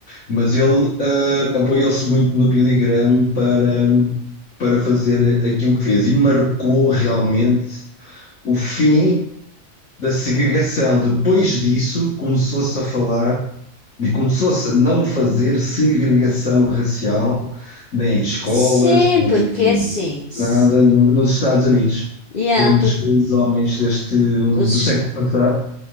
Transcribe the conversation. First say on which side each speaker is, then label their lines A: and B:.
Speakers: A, on the left; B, on the left.
A: mas ele eh, apoiou-se muito no Billy Graham para, para fazer aquilo que fez e marcou realmente o fim da segregação. Depois disso, começou-se a falar e começou-se a não fazer segregação racial nem em escolas,
B: Sim,
A: nem
B: porque é assim. s-
A: nada no- nos Estados Unidos.
B: Yeah,
A: Foi um dos
B: por,
A: grandes homens deste, do
B: os,
A: século passado,